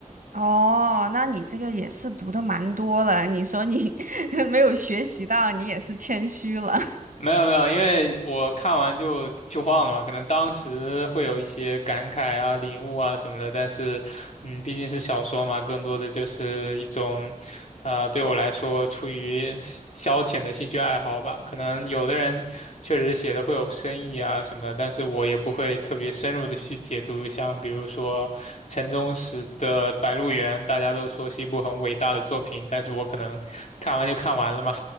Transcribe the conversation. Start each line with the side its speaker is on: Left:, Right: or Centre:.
Right: 哦，那你这个也是读的蛮多了，你说你 <laughs> 没有学习到，你也是谦虚了。
Left: 没有没有，因为我看完就就忘了嘛，可能当时会有一些感慨啊、领悟啊什么的，但是，嗯，毕竟是小说嘛，更多的就是一种，呃，对我来说出于消消遣的兴趣爱好吧。可能有的人确实写的会有深意啊什么的，但是我也不会特别深入的去解读，像比如说陈忠实的《白鹿原》，大家都说是一部很伟大的作品，但是我可能看完就看完了嘛。